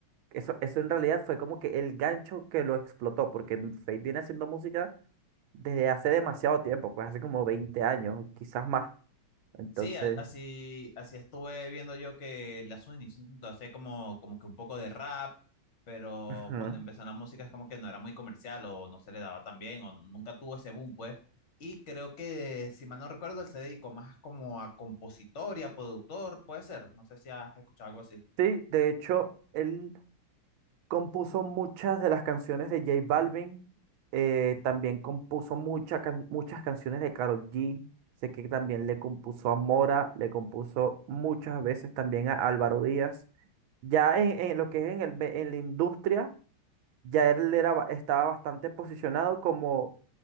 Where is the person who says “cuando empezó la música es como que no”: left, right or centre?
Left